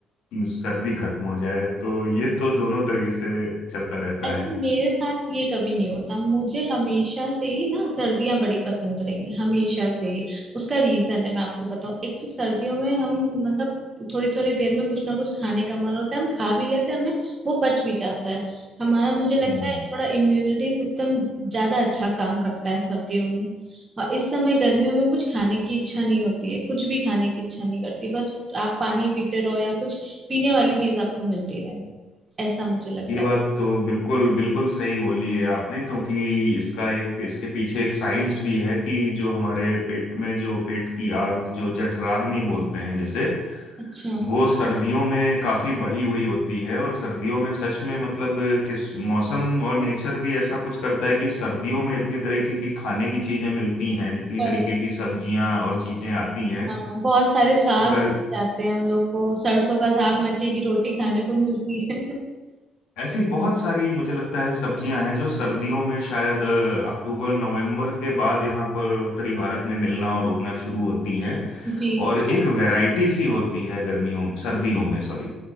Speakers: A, on the left (about 65°); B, on the right (about 35°).
A: सर्दी खत्म हो जाए तो ये तो दोनों तरीके से चलता रहता
B: अच्छा
A: है
B: मेरे साथ ये कभी नहीं होता मुझे हमेशा से ही ना सर्दियां बड़ी पसंद रही हैं हमेशा से ही उसका रीजन है मैं आपको बताऊं एक तो सर्दियों में हम मतलब थोड़ी थोड़ी देर में कुछ ना कुछ खाने का मन होता है हम खा भी लेते हैं हमें वो पच भी जाता है हमारा मुझे लगता
A: हम्म
B: है थोड़ा इम्यूनिटी सिस्टम ज्यादा अच्छा काम करता है सर्दियों में और इस समय गर्मियों में कुछ खाने की इच्छा नहीं होती है कुछ भी खाने की इच्छा नहीं करती बस आप पानी पीते रहो या कुछ पीने वाली चीज आपको मिलती रहे ऐसा मुझे लगता
A: ये
B: है
A: बात तो बिल्कुल बिल्कुल सही बोली है आपने क्योंकि इसका एक इसके पीछे एक साइंस भी है कि जो हमारे पेट में जो पेट की आग जो जठराग्नि बोलते हैं जैसे
B: अच्छा
A: वो सर्दियों में काफी बढ़ी हुई होती है और सर्दियों में सच में मतलब किस मौसम और नेचर भी ऐसा कुछ करता है कि सर्दियों में इतनी तरह की की खाने की चीजें मिलती हैं जितनी
B: वही,
A: तरीके की सब्जियां और चीजें आती हैं
B: हाँ बहुत सारे साग
A: गर,
B: जाते हैं हम लोग को सरसों का साग मक्के की रोटी खाने को मिलती है <laughs>
A: ऐसी बहुत सारी मुझे लगता है सब्जियां हैं जो सर्दियों में शायद अ, अक्टूबर नवंबर के बाद यहाँ पर उत्तरी भारत में मिलना और उगना शुरू होती हैं
B: जी
A: और एक वैरायटी सी होती है गर्मियों सर्दियों में सॉरी